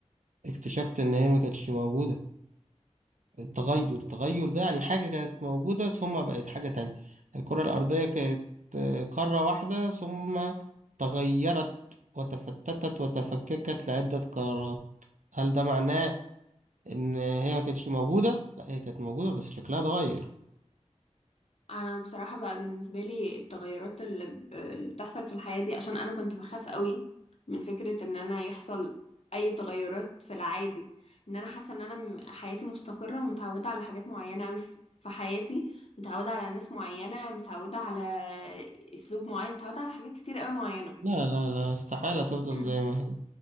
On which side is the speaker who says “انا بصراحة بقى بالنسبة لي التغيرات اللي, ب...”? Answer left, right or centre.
Left